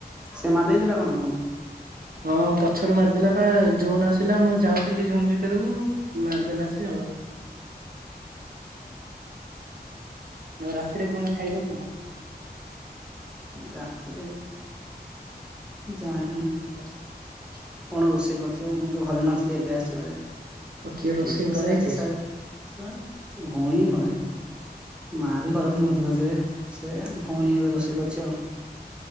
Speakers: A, in the centre; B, on the right.
A: ସେ ମା ଦେଇଥିଲା କଣ ତମକୁ।
B: ହଁ ପଛରୁ ମାରିଦେଲା ପା ଜୋନ୍ ଆସିଲା ମୁଁ ଯାଉଥିଲି ଜୁନ୍ ଭିତରକୁ ମାରିଦେଲା ସିଏ ଆଉ ଆ ରାତିରେ କଣ ଖାଇବେ କଣ।
A: ରାତିରେ ଜାଣିନା।
B: <unintelligible>
A: କଣ ରୋଷେଇ କରିଥିବ ମୁଁ ତ ଘରେ ନଥିଲି ଏବେ ଆସଚିବାରେ
B: ଆଉ କିଏ ରୋଷେଇ
A: ହେଇଥିବ
B: କରେ
A: ସେ ଆଜି
B: କିଏ?
A: ସାର୍ ସେ ଭଉଣୀ ବି କରେ ମା ବି କରନ୍ତି ମଝିରେ ମଝିରେ। ସେ ଭୋଉଣି ଏବେ ରୋଷେଇ କରିଚି ଆଉ